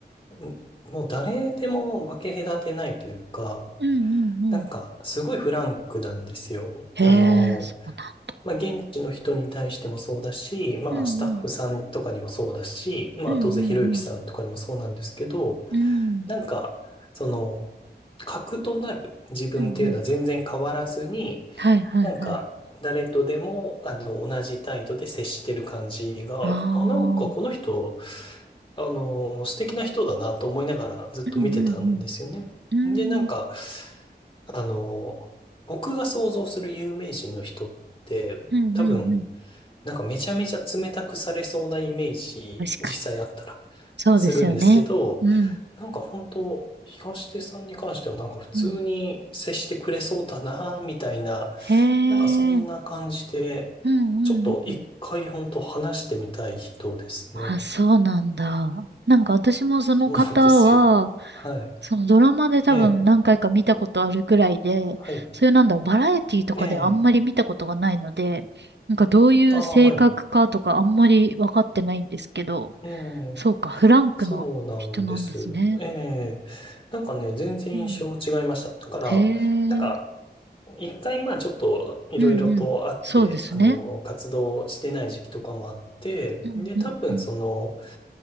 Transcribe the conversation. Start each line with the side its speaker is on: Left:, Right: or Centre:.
Left: んもう誰でも分け隔てないというか、
Right: うんうんうん。
Left: なんかすごいフランクなんですよ。
Right: へえ、
Left: あの、
Right: そうなんだ。
Left: まあ、現地の人に対してもそうだし、まあ、
Right: うんうん。
Left: スタッフさんとかにもそうだし、まあ、
Right: うんう
Left: 当然ひろゆきさんとかにもそうなんですけど、
Right: んうん。うん
Left: なんか、その、核となる自分っていうのは全然変わらずに、
Right: うんうん。はいはいはい。
Left: なんか、誰とでも、あの、同じ態度で接してる感じが、
Right: あ
Left: あ、なんかこの人、
Right: あ。
Left: あの、素敵な人だなと思いながらずっと見てたんですよね。
Right: うんうんうん。
Left: で、なんか、
Right: うん
Left: あの、僕が想像する有名人の人って、
Right: うんうんうん。
Left: 多分、なんかめちゃめちゃ冷たくされそうなイメージ、
Right: 確かに。
Left: 実際あったらするんですけど、
Right: そうですよね。うん。
Left: なんか本当、東出さんに関してはなんか普通に接してくれそうだな、
Right: うん。
Left: みたいな、
Right: へ
Left: なんかそんな感じで、
Right: え。うんうんうん。
Left: ちょっと一回本当話してみたい人ですね。
Right: あ、そうなんだ。なんか私もその方は、
Left: そうなんですよ。はい。
Right: そのドラマで多分何回か見たことあるぐらいで、
Left: ええ、はい。
Right: そういうなんだろう、バラエティとかであんまり見たことがないので、
Left: ええ、
Right: なんかどういう性格かとかあんまり分かってないんですけど、
Left: ああ、はい。ええ
Right: そうか、フランクな人なんですね。
Left: そうなんです。ええ。なんかね、全然印象違いました。
Right: うん。
Left: だから、
Right: へえ。
Left: なんか、
Right: うん
Left: 一回まあちょっといろいろとあって、
Right: うん。そうですね。
Left: あの、活動してない時期とかもあって、
Right: うんうんうん。
Left: で、多分その、